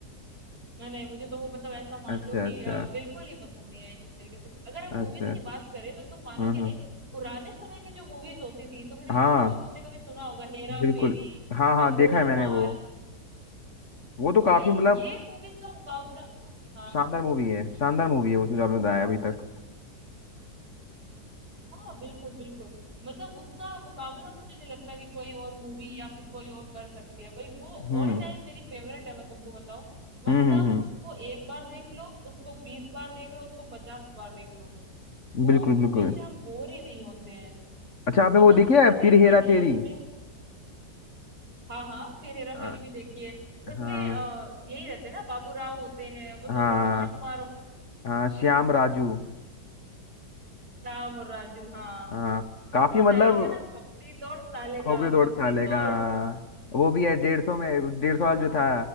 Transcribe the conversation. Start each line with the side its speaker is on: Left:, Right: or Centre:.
Right: हाँ, नहीं मुझे तो वो मतलब ऐसा मान
Left: अच्छा
Right: लो कि
Left: अच्छा
Right: अ, बिल्कुल ही पसंद नहीं आई जिस तरीके से अगर हम मूवीज
Left: अच्छा
Right: की बात करें तो तुम मानोगे
Left: हाँ हाँ
Right: नहीं पुराने समय की जो मूवीज होती थी तुमने
Left: हाँ
Right: तुमको तुमने कभी सुना होगा हेरा
Left: बिल्कुल
Right: फेरी
Left: हाँ
Right: अ,
Left: हाँ
Right: गोलमाल
Left: देखा है मैंने वो वो तो
Right: और
Left: काफी
Right: भाई
Left: मतलब
Right: ये मूवीज का मुकाबला हाँ हाँ
Left: शानदार मूवी है शानदार मूवी है वो जो आपने बताया अभी तक
Right: हाँ बिल्कुल बिल्कुल मतलब उसका मुकाबला मुझे नहीं लगता कि कोई और मूवी या फिर कोई और कर सकती है भाई वो
Left: हम्म
Right: ऑल टाइम मेरी फेवरेट है मैं तुमको बताऊं मतलब
Left: हम्म हम्म हम्म,
Right: उसको एक बार देख लो उसको बीस बार देख लो उसको पचास बार देख लो वो
Left: बिल्कुल
Right: मूवी
Left: बिल्कुल
Right: से हम बोर ही नहीं होते हैं
Left: अच्छा आपने
Right: मतलब
Left: वो देखी
Right: इतनी
Left: है फिर हेरा
Right: फनी है
Left: फेरी
Right: उसमें हाँ हाँ फिर हेरा फेरी
Left: आ,
Right: भी देखी है उसमें
Left: हाँ
Right: अ, यही रहते हैं ना बाबू राव होते हैं वो दोनों
Left: हाँ
Right: अक्षय कुमार और
Left: हाँ श्याम राजू
Right: राम और राजू हाँ
Left: हाँ काफी
Right: उसमें वो
Left: मतलब
Right: डायलॉग है ना खोपड़ी तोड़ साले का
Left: खोपड़ी तोड़
Right: खोपड़ी
Left: के डालेगा
Right: तोड़
Left: वो भी है डेढ़ सौ में डेढ़
Right: हाँ
Left: सौ वाला जो था